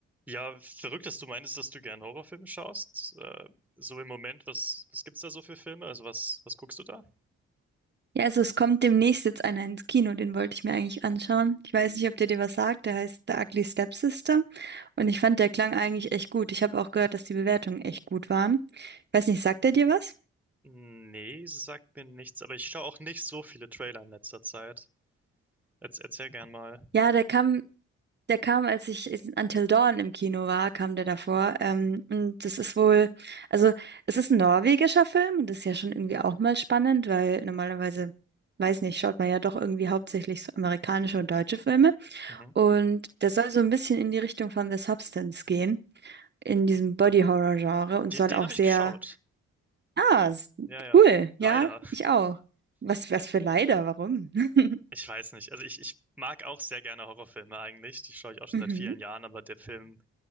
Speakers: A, in the centre; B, on the right.
A: Ja, verrückt, dass du meinst, dass du gern Horrorfilme schaust. Äh, so im Moment, was, was gibt's da so für Filme? Also was, was guckst du da?
B: Ja, also es kommt demnächst jetzt einer ins Kino, den wollte ich mir eigentlich anschauen. Ich weiß nicht, ob der dir was sagt, der heißt The Ugly Stepsister und ich fand, der klang eigentlich echt gut. Ich habe auch gehört, dass die Bewertungen echt gut waren. Ich weiß nicht, sagt der dir was?
A: Nee, sagt mir nichts, aber ich schaue auch nicht so viele Trailer in letzter Zeit. Jetzt erzähl gern mal.
B: Ja, der kam Der kam, als ich in Until Dawn im Kino war, kam der davor. Ähm, und das ist wohl, also es ist ein norwegischer Film und das ist ja schon irgendwie auch mal spannend, weil normalerweise, weiß nicht, schaut man ja doch irgendwie hauptsächlich so amerikanische und deutsche Filme.
A: Mhm.
B: Und der soll so ein bisschen in die Richtung von The Substance gehen, in diesem Body-Horror-Genre und
A: Den,
B: soll
A: den
B: auch
A: habe
B: sehr,
A: ich geschaut.
B: ah, s-
A: Ja, ja.
B: cool,
A: Leider.
B: ja, ich auch. Was, was für leider, warum? <laughs>
A: Ich weiß nicht. Also ich, ich mag auch sehr gerne Horrorfilme eigentlich. Die schaue ich auch schon
B: Mhm.
A: seit vielen Jahren, aber der Film